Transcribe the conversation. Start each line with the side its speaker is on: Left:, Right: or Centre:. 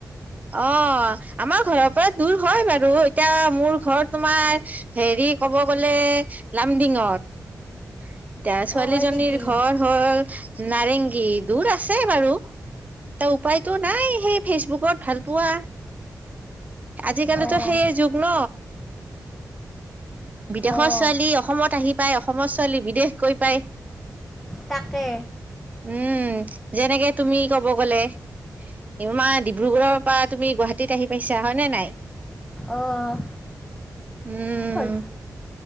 Right: অ', আমাৰ ঘৰৰ পৰা দূৰ হয় বাৰু, এতিয়া মোৰ ঘৰত তোমাৰ হেৰি ক'ব গ'লে, লামডিঙত, এতিয়া ছোৱালীজনীৰ
Centre: অ' হয় নেকি
Right: ঘৰ হ'ল নাৰেংগী, দূৰ আছে বাৰু। এতিয়া উপায়তো নাই, সেই ফেচবুকত ভালপোৱা, আজিকালিতো
Centre: অ'
Right: সেইয়ে যুগ ন। বিদেশৰ
Centre: অ'
Right: ছোৱালী অসমত আহি পাই অসমৰ ছোৱালী বিদেশ গৈ পাই।
Centre: তাকে।
Right: উম, যেনেকে তুমি কব গ'লে ইমান দি ব্ৰুগড়ৰ পৰা তুমি গুৱাহাটীত আহি পাইছা, হয় নে নাই।
Centre: অ'।
Right: উম।
Centre: হ'ল